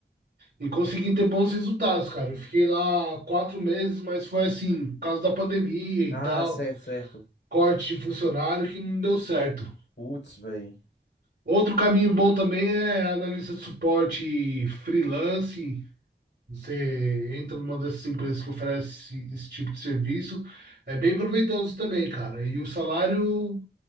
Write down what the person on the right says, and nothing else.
e consegui ter bons resultados, cara. Eu fiquei lá quatro meses, mas foi assim, por causa da pandemia e
tal,
corte de funcionário que não deu certo.
Outro caminho bom também é analista de suporte freelance Você entra numa dessas empresas que oferece esse tipo de serviço, é bem proveitoso também, cara. E o salário,